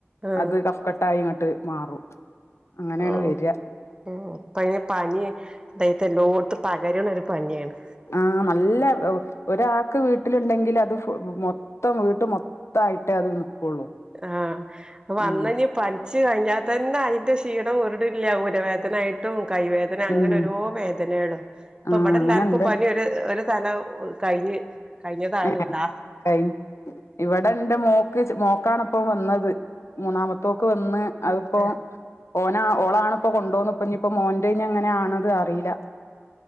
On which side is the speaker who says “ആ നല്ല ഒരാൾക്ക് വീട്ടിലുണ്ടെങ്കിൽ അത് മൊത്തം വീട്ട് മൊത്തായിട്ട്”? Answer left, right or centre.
Left